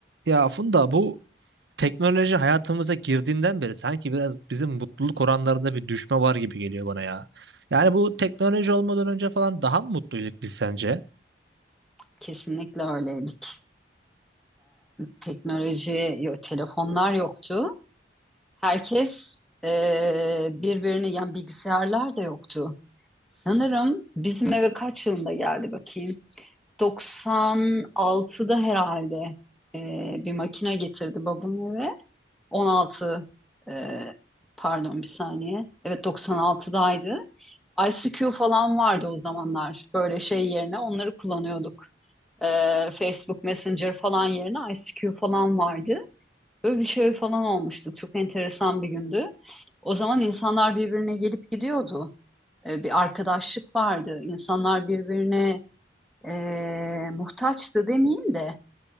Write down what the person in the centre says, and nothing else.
Kesinlikle öyleydik. Teknoloji, yo- telefonlar yoktu. Herkes eee, birbirini, yani bilgisayarlar da yoktu. Sanırım bizim eve kaç yılında geldi bakayım. 96'da herhalde eee, bir makine getirdi babam eve. 16, eee, pardon bir saniye. Evet 96'daydı. ICQ falan vardı o zamanlar. Böyle şey yerine onları kullanıyorduk. Ee, Facebook Messenger falan yerine ICQ falan vardı. Böyle bir şey falan olmuştu. Çok enteresan bir gündü. O zaman insanlar birbirine gelip gidiyordu. Ee, bir arkadaşlık vardı. İnsanlar birbirine e, muhtaçtı demeyeyim de